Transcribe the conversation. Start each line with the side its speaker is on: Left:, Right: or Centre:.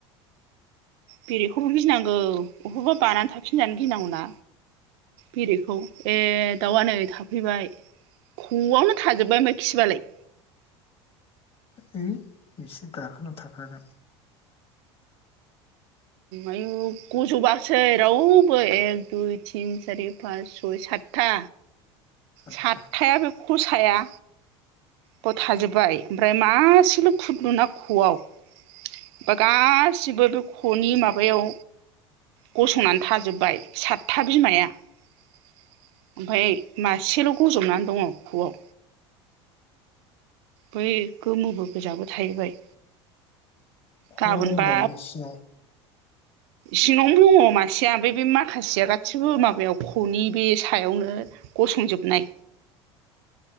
Right: बेरेखौबो गिनांगौ अबावबा बानानै थाफिनजानो गिनांगौनाा बेरेखौ ए दाउआ नै थाफैबाय ख'आवनो थाजोबबाय ओमफ्राय खिबालाय।
Left: ओइ बिसोर गाखोना थाखागोन।
Right: आयु गजबासै रावबो एक दुइ तिन सारि पास सय साटथा
Left: सातथा
Right: सातथाया बे खसाया बाव थाजोबबाय ओमफ्राय मासेल फुदलुना ख'आव ओमफ्राय गासिबो बे खनि माबायाव गसंनानै थाजोब्बाय सातथा बिमाया ओमफाय मासेल गजबनानै दङ खुआव बै गोमोबो गोजाबो थाहैबाय।
Left: खवाव
Right: गाबोनबा
Left: दंब्रा बेसिङाव
Right: सिंङाव दङ मासेया बे बे माखासेया गासिबो माबायाव खनि बे सायावनो गसंजोबनाय।